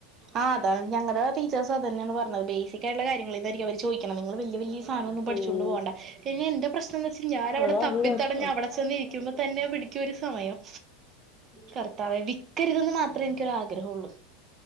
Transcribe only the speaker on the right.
ആഹ് അതാണ് ഞങ്ങടെ ടീച്ചേഴ്‌സും അതന്നെയാണ് പറഞ്ഞത് ബേസിക് ആയിട്ടുള്ള കാര്യങ്ങളെ അവര് ചോയിക്കണ, നിങ്ങള് വല്യ വല്യ സാനൊന്നും പഠിച്ചൊണ്ട്
പോണ്ട ഇനി എന്റെ പ്രശ് നന്തെന്ന് വെച്ച ഞാൻ അവിടെ
തപ്പിത്തടഞ്ഞ്
അവിടെ ചെന്നിരിക്കുമ്പ തന്നെ പിടിക്കും ഒരു സമയം കർത്താവേ വിക്കരുതെന്ന് മാത്രമേ എനിക്കൊരു ആഗ്രഹള്ളൂ